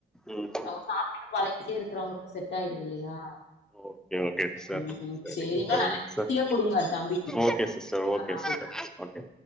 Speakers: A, in the centre; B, on the left (about 85°).
A: ம்
B: அவங்க சாப்டுட்டு பழகிட்டே இருக்கிறவங்களுக்கு செட் ஆயிடுது இல்லையா
A: ஓகே ஓகே சார்
B: ம்
A: சரிங்
B: சரி இன்னும்
A: சரிங்க
B: நல்லா
A: சார்
B: ஹெல்த்தியா குடுங்க தம்பிக்கு
A: ஓகே சிஸ்டர் ஒகே
B: ஆ ஓகே
A: சிஸ்டர் ஓகே